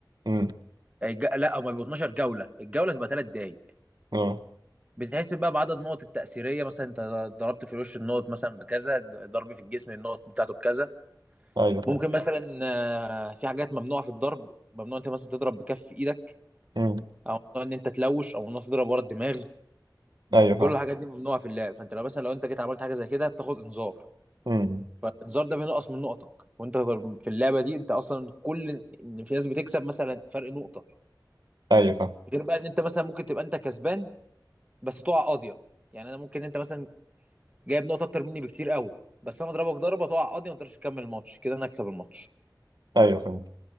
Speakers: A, on the right; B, on the right.
A: امم
B: آه، الج... لا هما بيبقوا 12 جوله الجوله تبقى 3 دقايق
A: اه
B: بتتحسب بقى بعدد النقط التاثيريه مثلا انت ضربت في الوش النقط مثلا بكذا ضرب في الجسم النقط بتاعته بكذا
A: ايوه فاهم
B: ممكن مثلا آه، في حاجات ممنوعه في الضرب ممنوع انت مثلا تضرب بكف ايدك
A: امم
B: او ممنوع ان انت تلوش او ممنوع تضرب ورا الدماغ
A: ايوه
B: كل
A: فاهم
B: الحاجات دي ممنوعه في اللعب فانت لو مثلا لو انت جيت عملت حاجه زي كده بتاخد انذار
A: امم
B: فالانذار ده بينقص من نقطك وانت في اللعبه دي انت اصلا كل ان في ناس بتكسب مثلا فرق نقطه
A: ايوه فاهم
B: غير بقى ان انت مثلا ممكن تبقى انت كسبان بس تقع قاضيه يعني انا ممكن انت مثلا جايب نقطه اكتر مني بكتير قوي بس انا اضربك ضربه تقع قاضيه ما تقدرش تكمل الماتش كده انا اكسب الماتش
A: ايوه فهمت